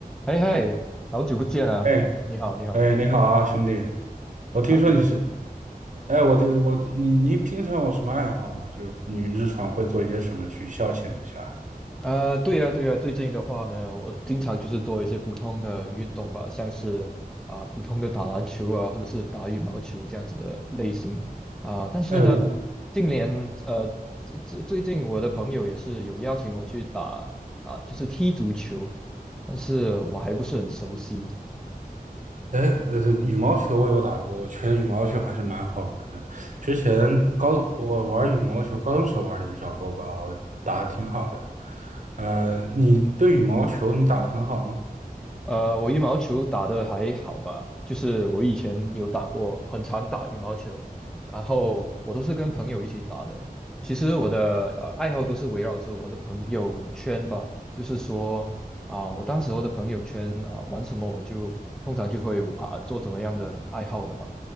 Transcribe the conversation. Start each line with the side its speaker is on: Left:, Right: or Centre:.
Centre: 嘿嘿，好久不见啊！
Right: 哎
Centre: 你好，你好，
Right: 哎，你好啊，兄弟！我听说你是，
Centre: 好久不见。
Right: 哎，我这我你你平常有什么爱好吗？就是你日常会做一些什么去消遣一下？
Centre: 呃，对呀，对呀，最近的话呢，我经常就是做一些普通的运动吧，像是啊、普通的打篮球啊，或者是打羽毛球这样子的类型啊、但是呢，
Right: 哎，我
Centre: 近年呃，最最最近我的朋友也是有邀请我去打啊、就是踢足球，但是我还不是很熟悉，
Right: 哎呃，羽毛球我有打过，我觉得羽毛球还是蛮好玩的。之前高我玩羽毛球，高中时候玩的比较多吧，我打的挺好的。呃，你对羽毛球你打的很好吗？
Centre: 呃，我羽毛球打得还好吧，就是我以前有打过，很常打羽毛球，然后我都是跟朋友一起打的。其实我的呃爱好都是围绕着我的朋友圈吧，就是说啊、我当时候的朋友圈啊、玩什么我就通常就会啊、做怎么样的爱好的吧。